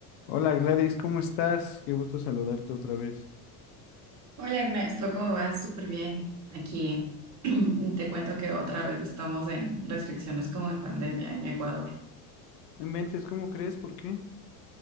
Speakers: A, on the left; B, on the right.
A: Hola Gladys, ¿cómo estás? Qué gusto saludarte otra vez.
B: Hola Ernesto, ¿cómo vas? Súper bien. Aquí <clears throat> te cuento que otra vez estamos en restricciones como en pandemia en Ecuador
A: No inventes, ¿cómo crees? ¿Por qué?